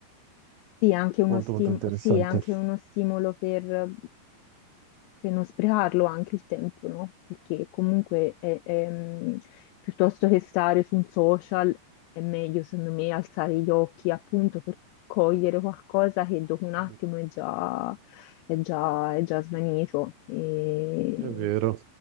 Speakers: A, on the left (about 85°); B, on the right (about 80°).
A: Sì, è anche uno
B: Molto,
A: stim-
B: molto interessante.
A: sì, è anche uno stimolo per, per non sprecarlo anche il tempo, no? Perché comunque è- è, mh, piuttosto che stare su un social è meglio, secondo me, alzare gli occhi appunto per cogliere qualcosa che dopo un attimo
B: Mm,
A: è già, è già, è già svanito. E...
B: È vero.